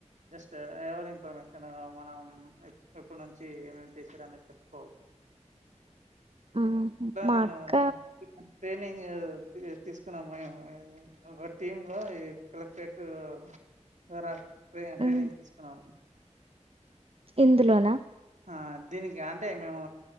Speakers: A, on the right (about 80°); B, on the right (about 50°).
A: జస్ట్ ఎవర్ ఇన్ఫర్మేషన్ మనం ఎప్ ఎప్పుడు నుంచి ఏమేమ్ చేశిండ్రనేది చెప్పుకోవచ్
B: ఆహా మా
A: నేను
B: అక్క
A: ట్రైనింగ్ తీ తీసుకున్నాం <unintelligible> ఒక టీమ్ లో ఇగా కలెక్టరేట్ ఇగ ట్రైనింగ్ ట్రైనింగ్
B: ఉమ్,
A: తీసుకున్నాం
B: ఇందులోనా
A: ఆ దీనికి అంటే మేము